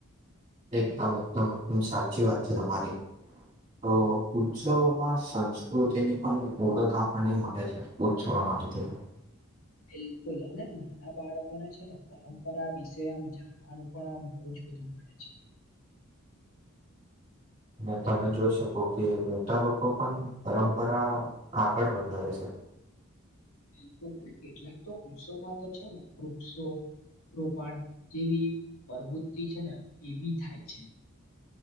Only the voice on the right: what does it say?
એકદમ એકદમ એકદમ સાચી વાત છે તમારી તો ઉત્સવોમાં સંસ્કૃતિની પણ ઓળખ આપણને મળે છે ઉજવા મા <unintelligible>
અને તમે જોઈ શકો કે મોટા લોકો પણ પરંપરા આગળ વધારે છે.